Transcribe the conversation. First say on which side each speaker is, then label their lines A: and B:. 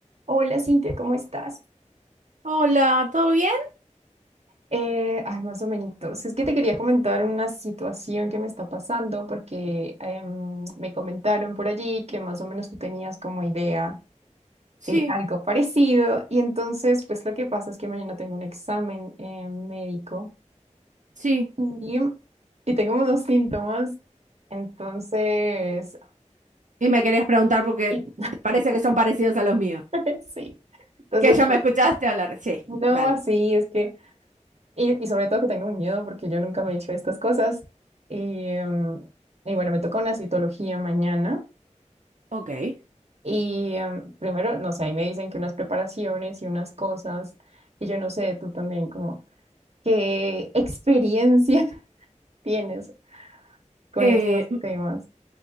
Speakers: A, on the right; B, on the right.
A: Hola Cintia, ¿cómo estás?
B: Hola, ¿todo bien?
A: Eh, ay, más o menos. Es que te quería comentar una situación que me está pasando porque em, me comentaron por allí que más o menos tú tenías como idea
B: Sí,
A: de algo parecido y entonces pues lo que pasa es que mañana tengo un examen eh, médico
B: sí.
A: y, y tengo unos síntomas, entonces,
B: Y me querías preguntar porque
A: y-
B: te parece que son parecidos a los míos.
A: <laughs> sí, entonces
B: Que ya
A: pues
B: me escuchaste hablar. Sí,
A: no,
B: dale.
A: sí, es que... Y, y sobre todo que tengo un miedo porque yo nunca me he hecho estas cosas. Y, em, y bueno, me toca una citología mañana.
B: Ok.
A: Y em, primero, no sé, ahí me dicen que unas preparaciones y unas cosas. Y yo no sé, tú también, como, ¿qué experiencia <laughs> tienes con
B: Eh,
A: estos
B: m-
A: temas?